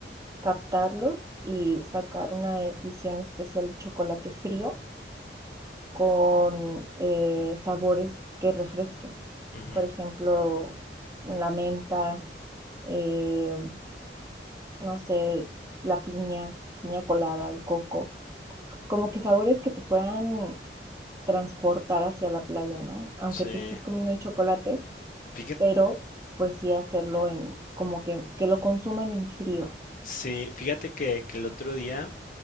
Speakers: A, on the right; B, on the left.
A: captarlos y sacar una edición especial de chocolate frío con eh, sabores que refresquen.
B: ujú,
A: Por ejemplo, la menta, eh, no sé, la piña, piña colada, el coco. Como que sabores que te puedan transportar hacia la playa, ¿no? Aunque
B: sí.
A: te estés comiendo un chocolate,
B: Fíjate,
A: pero pues sí hacerlo en, como que, que lo consuman en frío.
B: sí, fíjate que, que el otro día